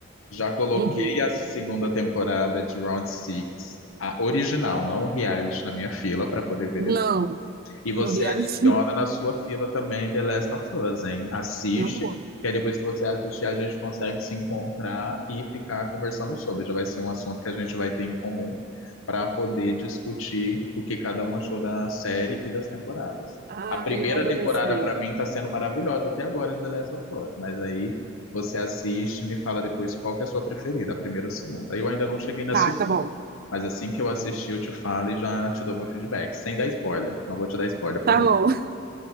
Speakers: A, on the left; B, on the right.
A: Já coloquei
B: Uhum.
A: a segunda temporada de Round Six, a original, não o reality, na minha fila para poder ver
B: Não,
A: E você
B: não reality
A: adiciona
B: <laughs> não.
A: na sua fila também The Last of Us, hein? Assiste,
B: Eu vou.
A: que aí depois que você assistir, a gente consegue se encontrar e ficar conversando sobre. Já vai ser um assunto que a gente vai ter em comum para poder discutir o que cada um achou da série e das temporadas.
B: Ah,
A: A primeira
B: eu adorei
A: temporada,
B: essa ideia.
A: para mim, está sendo maravilhosa até agora de The Last of Us, mas aí você assiste e me fala depois qual que é a sua preferida, a primeira ou a segunda. Eu ainda não cheguei na
B: Tá,
A: segunda.
B: tá bom.
A: Mas assim que eu assistir, eu te falo e já te dou meu feedback. Sem dar spoiler. Não vou te dar spoiler, prometo,
B: Tá bom. <laughs>